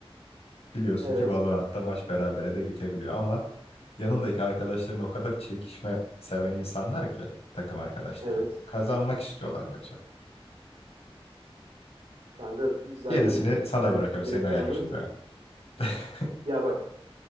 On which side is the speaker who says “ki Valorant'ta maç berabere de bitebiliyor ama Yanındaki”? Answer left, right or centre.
Left